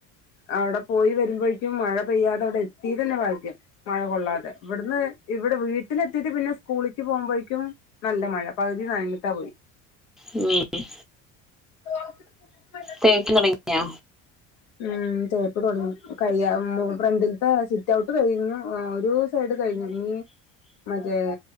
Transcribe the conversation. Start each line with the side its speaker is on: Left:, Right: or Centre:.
Left: അവിടെ പോയി വരുമ്പോഴേക്കും മഴ പെയ്യാതെ അവിടെ എത്തി തന്നെ ഭാഗ്യം മഴ കൊള്ളാതെ ഇവിടുന്ന് ഇവിടെ വീട്ടിലെത്തിട്ട് പിന്നെ സ്കൂളിക്ക് പോകുമ്പോഴേക്കും നല്ല മഴ പകുതി നനഞ്ഞിട്ടാ പോയി
Centre: ഉം
Left: ആ
Centre: തേക്ക് തുടങ്ങിയാ
Left: ഉം തെപ്പ് തൊടങ്ങി <unintelligible> ഉം ഫ്രണ്ടിലത്തെ സിറ്റ് ഔട്ട് കഴിഞ്ഞ് <unintelligible> ഒരു <unintelligible> കഴഞ്ഞു <unintelligible> മറ്റേ